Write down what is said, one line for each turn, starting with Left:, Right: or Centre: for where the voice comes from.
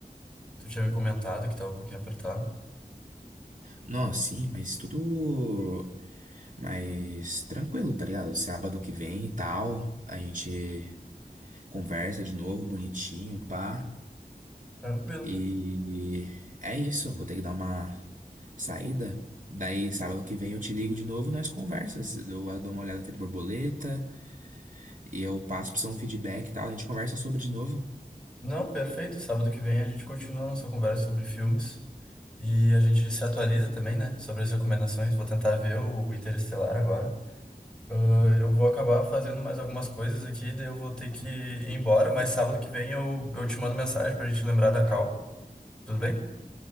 Centre: tu tinha me comentado que tava um pouquinho apertado.
Right: Nossa, sim, mas tudo. Mas tranquilo, tá ligado? Sábado que vem e tal, a gente conversa de novo, bonitinho, pá.
Centre: Tranquilo.
Right: E é isso, vou ter que dar uma saída. Daí, sábado que vem eu te ligo de novo, nós conversas. Eu ah, dou uma olhada feita borboleta e eu passo pra você um feedback e tal. A gente conversa sobre de novo.
Centre: Não, perfeito, sábado que vem a gente continua a nossa conversa sobre filmes. E a gente se atualiza também, né? Sobre as recomendações. Vou tentar ver o Interestelar agora. Ah, eu vou acabar fazendo mais algumas coisas aqui, daí eu vou ter que ir embora, mas sábado que vem eu, eu te mando mensagem pra gente lembrar da call. Tudo bem?